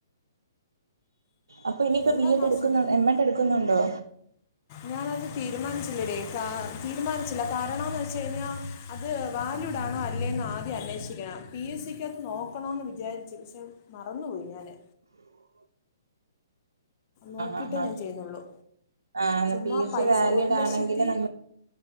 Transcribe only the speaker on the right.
അപ്പൊ ഇനീപ്പോ
ബി എഡ്
എടുക്കുന്നു
എം എഡ് എടുക്കുന്നുണ്ടോ
ഉ
ആഹ് ആഹ്
ആഹ്
പി എസ്
സി വാലിഡ്
ആണെങ്കില് നമ്മൾ